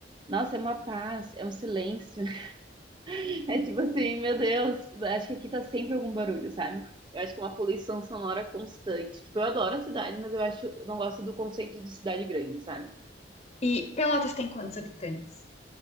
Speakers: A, on the right; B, on the left.
A: nossa, é uma paz, é um silêncio, <laughs> é tipo assim, meu Deus, acho que aqui tá sempre algum barulho, sabe? Eu acho que é uma poluição sonora constante, tipo, eu adoro a cidade, mas eu acho, eu não gosto do conceito de cidade grande, sabe?
B: E Pelotas tem quantos habitantes?